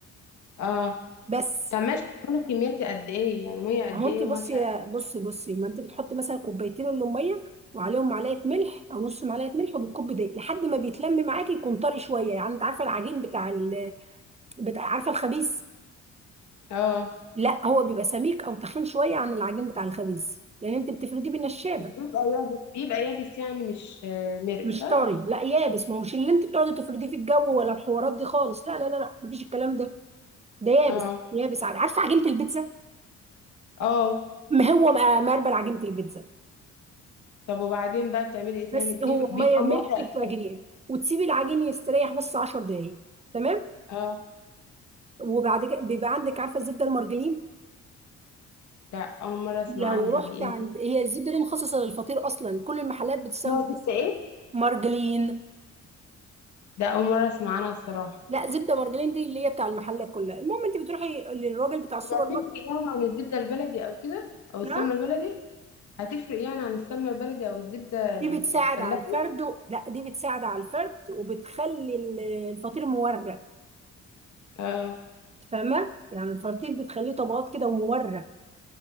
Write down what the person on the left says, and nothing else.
اه
طب ماشي بتكون الكمية دي قد ايه يعني مية قد
ايه
وملح قد
ايه اه
بيبقى يابس بيبقى يابس يعني مش آه، مرق
صح
اه
اه
طب وبعدين بقى بتعملي ايه تاني
بتبقى
بيبقى
مورق
كده
اه
ده اول مرة اسمع
عنها
دي ايه
دي
اسمها زبدة
ايه
ده اول مرة اسمع عنها الصراحة
هي هتفرق
يعني عن الزبدة البلدي او كده او السمنة
البلدي هتفرق يعني عن السمنة البلدي او الزبدة الفلاحي
اه